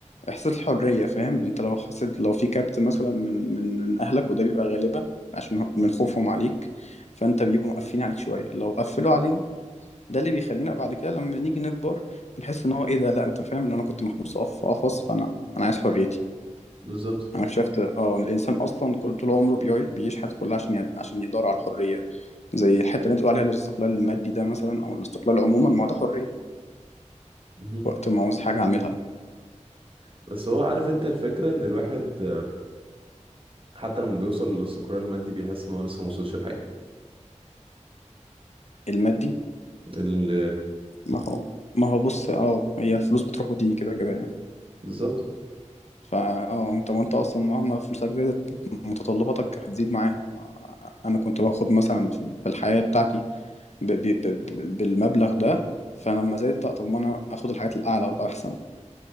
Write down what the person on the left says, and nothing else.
إحساس الحرية فاهم أنت لو حسيت لو في كبت مثلا من من من أهلك وده بيبقى غالبا عشان هو- من خوفهم عليك فأنت بيبقوا مقفلين عليك شوية لو قفلوا علينا ده اللي بيخلينا بعد كده لما نيجي نكبر بنحس إن هو إيه ده لا أنت فاهم إن أنا كنت محبوس في قف- في قفص فأنا أنا عايز حريتي
انا اكتشفت اه إن الانسان اصلا كل طول عمره بيعي- بيعيش حياته كلها عشان ي- عشان يدور على الحريه زي الحته اللي انت بتقول عليها الاستقلال المادي ده مثلا او الاستقلال عموما ما هو ده حريه
وقت ما عاوز حاجه اعملها
المادي
ما هو ما هو بص اه هي الفلوس بتروح وتيجي كده كده يعني
فا اه انت وانت اصلا مهما فلوسك زادت متطلباتك هتزيد معاها ما- انا كنت باخد مثلا في الحياه بتاعتي ب... ب... ب... ب- بالمبلغ ده فلما زادت طب ما انا اخد الحاجات الاعلى والاحسن